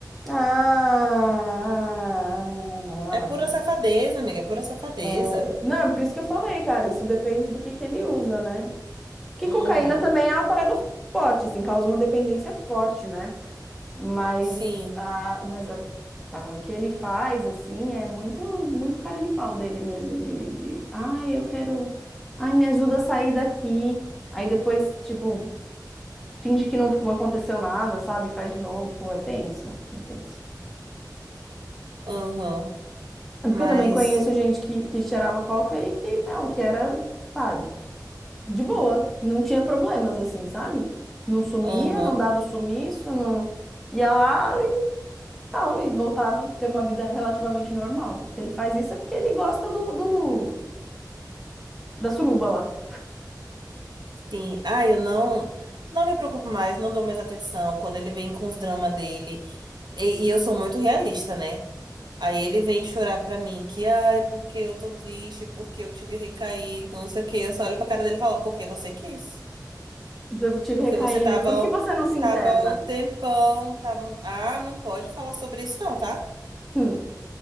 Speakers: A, in the centre; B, on the right.
A: Ah... ah, ah, ah,
B: É pura safadeza,
A: ah, ah.
B: amiga, é pura safadeza.
A: É, Não, por isso que eu falei, cara, isso depende do que que ele usa, né? Porque
B: Uhum,
A: cocaína também é uma parada forte, assim, causa uma dependência forte, né? Mas,
B: sim,
A: a, mas a, a- o que ele faz, assim, é muito, muito cara de pau dele mesmo, de, de, ai, eu quero, ai, me ajuda a sair daqui. Aí depois, tipo, finge que não aconteceu nada, sabe? Faz de novo, pô, é tenso, é tenso.
B: uhum,
A: É porque
B: mas,
A: eu também conheço gente que, que cheirava coca e que, não, que era... pá, de boa, não tinha problemas assim, sabe? Não sumia,
B: uhum.
A: não dava o sumiço, não ia lá e tal, e voltava a ter uma vida relativamente normal. Se ele faz isso é porque ele gosta do, do- da suruba lá.
B: Sim, ah, eu não não me preocupo mais, não dou mais atenção quando ele vem com os dramas dele. E, e eu sou muito realista, né? Aí ele vem chorar pra mim que, ai, porque eu tô triste, porque eu tive recaído, não sei o quê. Eu só olho pra cara dele e falo, porque você quis?
A: Eu tive
B: Porque
A: recaída.
B: você tava,
A: Por que você não se
B: tava
A: interna?
B: um tempão, tava. um- Ah, não pode falar sobre isso, não, tá?
A: Hum.